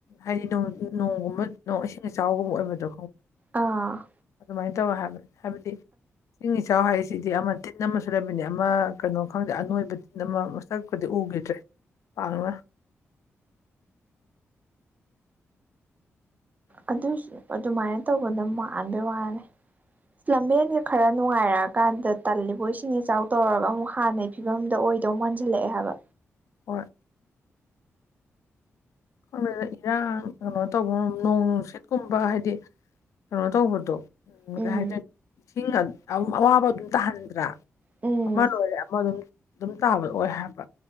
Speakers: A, on the left (about 85°); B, on the right (about 30°).
A: ꯍꯥꯏꯗꯤ <inaudible> ꯅꯣꯡꯒꯨꯝꯕ ꯅ‌ꯣꯡ ꯏꯁꯤꯡ ꯏꯆꯥꯎꯒꯨꯝꯕ ꯑꯣꯢꯕꯗꯣ
B: ꯑꯥ
A: ꯑꯗꯨꯃꯥꯏꯟ ꯇꯧꯋ‌ꯦ ꯍꯥꯏꯕ ꯍꯥꯏꯕꯗꯤ ꯏꯁꯤꯡ ꯏꯆꯥꯎ <inaudible> ꯁꯤꯗꯤ ꯑꯃ ꯇꯤꯟ ꯑꯃꯁꯨ ꯂꯩꯕꯅꯦ ꯑꯃ ꯀꯩꯅꯣ ꯈꯪꯗꯦ ꯑꯅꯣꯏꯕ ꯇꯤꯟ ꯑꯃ ꯃꯁꯛꯄꯨꯗꯤ ꯎꯒꯤꯗ꯭ꯔꯦ <unintelligible>
B: ꯑꯗꯨꯏꯁꯨ ꯑꯗꯨꯃꯥꯏꯅ ꯇꯧꯕꯗ ꯃꯥꯟꯕꯩ ꯋꯥꯅꯦ ꯂꯝꯕꯦꯟꯒ ꯈꯔ ꯅꯨꯡꯉꯥꯏꯔꯛꯑꯀꯥꯟꯗ ꯇꯜꯂꯤꯕꯣ ꯏꯁꯤꯡ ꯏꯆꯥꯎ ꯇꯧꯔꯒ ꯑꯃꯨꯛ ꯍꯥꯟꯅꯩ ꯐꯤꯚꯝꯗ ꯑꯣꯏꯗꯧ ꯃꯥꯟꯖꯤꯜꯂꯛ ꯑꯦ ꯍꯥꯏꯕ
A: ꯍꯣꯏ ꯈꯪꯗ‌ꯦꯗ ꯏꯔꯥꯡ ꯀꯩꯅꯣ ꯇꯧꯕ ꯅꯣꯡ ꯅꯨꯡꯁꯤꯠꯀꯨꯝꯕ ꯍꯥꯏꯗꯤ ꯀꯩꯅꯣ ꯇꯧꯕꯗꯣ
B: ꯎꯝ
A: ꯍꯥꯏꯖꯅꯤꯡ ꯏꯁꯤꯡ ꯑꯋꯥꯕ ꯑꯗꯨꯝ ꯇꯥꯍꯟꯗ꯭ꯔꯥ
B: ꯎꯝ
A: ꯑꯃ ꯂꯣꯏꯔꯦ ꯑꯃ ꯑꯗꯨꯝ ꯑꯗꯨꯝ ꯇꯥꯕꯗ‌ꯣ ꯑꯣꯏ ꯍꯥꯏꯕ